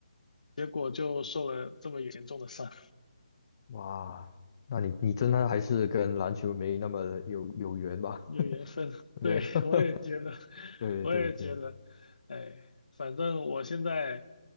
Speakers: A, on the left; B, on the left.
A: 结果就受了这么严重的伤。
B: 哇，那你你真的还是跟篮球没那么有有缘吧？
A: 有缘分，
B: <laughs> 没有，
A: 对，我也觉得，<laughs>
B: <laughs> 对对对，
A: 我也觉得，哎，反正我现在，